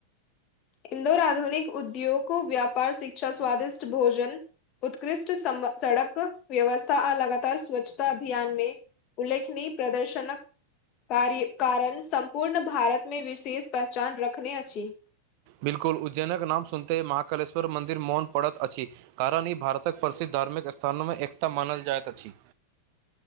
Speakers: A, on the left (about 35°); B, on the right (about 45°).
A: इन्दौर, आधुनिक उद्योगो, व्यापार, शिक्षा, स्वादिष्ट भोजन। उत्कृष्ट सम सड़क व्यवस्था, आ लगातार स्वच्छता अभियान मे। उल्लेखनीय प्रदर्शनक। कार्य कारण, सम्पूर्ण भारतमे, विशेष पहचान रखने अछी।
B: 'बिल्कुल' उज्जैनक नाम सुनितही महाकालेश्वर मन्दिर मन परत अछी। कारण ई भारतक प्रसिद्ध, धार्मिक स्थानमे एकटा मानल जाइत अछी।